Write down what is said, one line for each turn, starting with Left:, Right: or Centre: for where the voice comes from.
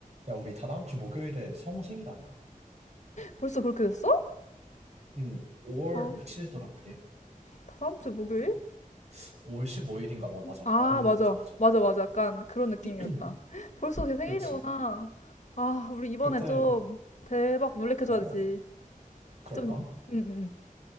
Right: 야, 우리 다다음 주 목요일에 성우 생일 아니야?
Left: 벌써 그렇게 됐어?
Right: 응, 5월
Left: 아,
Right: 며칠이더라, 그게?
Left: 다음 주 목요일?
Right: 어, 5월 15일인가? 어, 맞아.
Left: 아,
Right: 맞는
Left: 맞아.
Right: 것 같아, 맞아.
Left: 맞아, 맞아. 약간 그런 느낌이었다.
Right: <clears throat>
Left: <laughs> 벌써 걔 생일이구나.
Right: 그치.
Left: 아, 우리 이번에
Right: 그때,
Left: 좀 대박 놀래켜줘야지.
Right: 어, 그럴까?
Left: 좀, 응, 응.